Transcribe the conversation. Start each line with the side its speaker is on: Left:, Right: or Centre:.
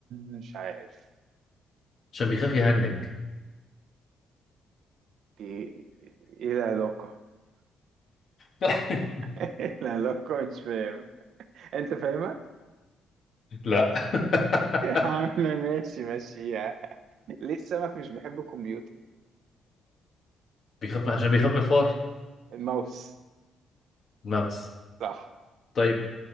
Right: مش عارف
Left: عشان بيخاف يهنج
Right: بي... ايه العلاقة
Left: <laughs>
Right: <laughs> إيه العلاقة مش فاهم انت فاهمها
Left: لا <laughs>
Right: عامة <laughs> ماشي ماشيها ليه السمك مش بيحب الكمبيوتر
Left: بيخاف عشان بيخاف من الفار
Right: الماوس
Left: الممس
Right: صح
Left: طيب